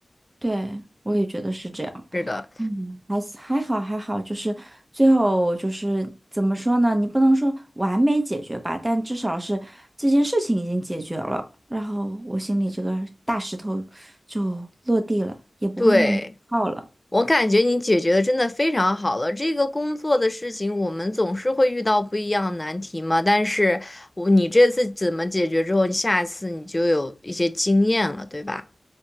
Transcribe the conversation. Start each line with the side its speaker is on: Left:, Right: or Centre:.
Right: 对，我也觉得是这样。
Left: 是的，
Right: 嗯，还是还好还好，就是最后就是怎么说呢？你不能说完美解决吧，但至少是这件事情已经解决了，然后我心里这个大石头就落地了，也不会那么耗了。
Left: 对。我感觉你解决的真的非常好了。这个工作的事情，我们总是会遇到不一样的难题嘛。但是我你这次怎么解决之后，你下一次你就有一些经验了，对吧？